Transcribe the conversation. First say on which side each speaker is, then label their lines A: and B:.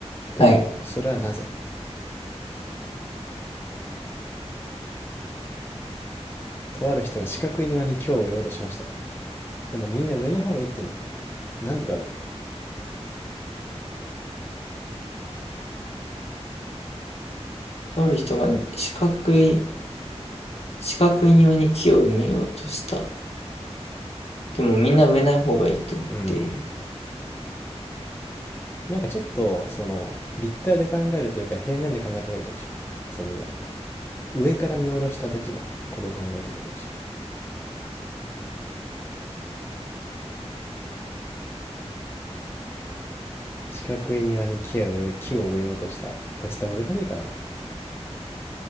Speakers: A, on the left (about 20°); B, on the left (about 65°).
A: という。
B: はい。
A: それはなぜとある人が四角い庭に今日を言おうとしました。でもみんな植えない方がいいってんだよって。なんでだろ
B: とある人が四角い、四角い庭に木を埋めようとした。でもみんな植えない方がいいと言っている。
A: ううん。なんかちょっと、その、立体で考えるというか平面で考えた方がいいかもしれない。その岩。上から見下ろした時のことを考えてみてほしい。四角い庭に木を植え木を植えようとした。これちょっと難しいかな。